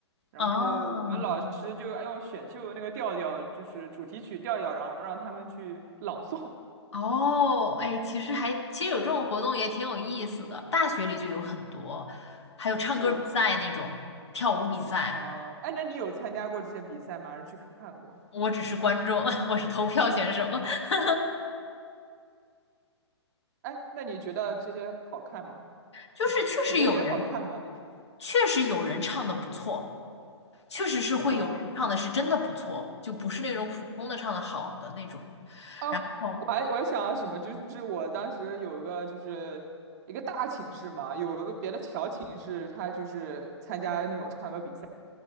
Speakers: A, on the right; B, on the left.
A: 然后我们老师就用选秀的那个调调，
B: 哦，
A: 就是主题曲调调，然后让他们去朗诵。<laughs>
B: 哦，哎，其实还其实有这种活动也挺有意思的，大学里就有很多，还有唱歌比赛那种，
A: 是的，
B: 跳舞比赛，
A: 啊，哎，那你有参加过这些比赛吗？还是去看过？
B: 我只是观众，<laughs> 我是投票选手，<laughs>
A: 哎，那你觉得这些好看吗？
B: 就是确实有人，
A: 你觉得这些好看吗？那是。
B: 确实有人唱的不错，确实是会有人唱的是真的不错，
A: 啊。
B: 就不是那种普通的唱的好的那种。
A: 哦，
B: 然后
A: 我还我还想什么，就是我当时有一个就是一个大寝室嘛，有一个别的小寝室，他就是参加那种唱歌比赛，